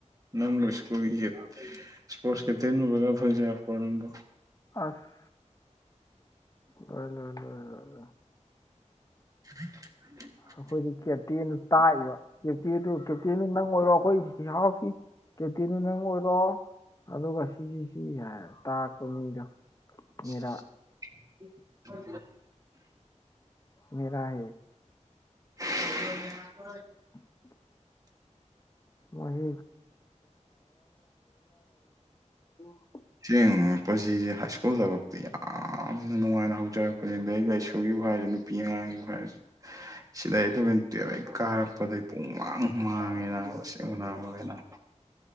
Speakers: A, on the right (about 30°); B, on the left (about 30°).
A: ꯅꯪꯕꯨ ꯁ꯭ꯀꯨꯜꯒꯤ ꯁꯄꯣꯔꯁ ꯀꯦꯞꯇꯦꯟ ꯑꯣꯏꯕꯒ ꯐꯪꯖ ꯕ ꯅꯪꯕꯣ꯫
B: ꯑꯁ ꯂꯣꯏꯔꯦ ꯂꯣꯏꯔꯦ꯫
A: <inaudible>
B: ꯑꯈꯣꯏꯗꯤ ꯀꯦꯞꯇꯦꯟꯗꯨ ꯇꯥꯔꯤꯕ ꯀꯦꯞꯇꯦꯟꯗꯨ ꯀꯦꯞꯇꯦꯟꯅ ꯅꯪ ꯑꯣꯏꯔꯣ ꯑꯈꯣꯏ <unintelligible> ꯀꯦꯞꯇꯦꯟ ꯅꯪ ꯑꯣꯏꯔꯣ ꯑꯗꯨꯒ ꯁꯤꯒꯤꯁꯤ ꯍꯥꯏꯔ ꯇꯥꯛꯄ ꯃꯤꯗꯣ꯫
A: <inaudible>
B: ꯃꯦꯔꯥ ꯃꯦꯔꯥ ꯍꯦ꯫
A: <unintelligible>
B: <inaudible> ꯃꯁꯤ <unintelligible>
A: ꯑꯁꯦꯡ ꯄꯨꯟꯁꯤꯁꯦ ꯍꯥꯏ ꯁ꯭ꯀꯨꯜꯕ ꯕꯣꯛꯇꯤ ꯌꯥꯝꯅ ꯅꯨꯡꯉꯥꯏꯅ ꯍꯧꯖꯔꯛꯄꯅꯦꯗꯥ ꯂꯥꯏꯔꯤꯛ ꯂꯥꯏꯁꯨꯨꯒꯤꯕꯨ ꯍꯥꯏꯔꯗꯤ꯫ ꯅꯨꯄꯤ ꯑꯉꯥꯡꯒꯤꯕꯨ ꯍꯥꯏꯔꯁꯨ꯫ ꯁꯤꯗꯩ ꯏꯂꯥꯕꯦꯟ ꯇꯨꯌꯦꯞ ꯍꯦꯛ ꯀꯥꯔꯛꯄꯗꯩ ꯄꯨꯡ ꯃꯥꯡ ꯃꯥꯡꯉꯤ ꯑꯁꯦꯡꯕ ꯅꯕ ꯍꯛꯃꯥꯜꯂꯤꯅ ꯫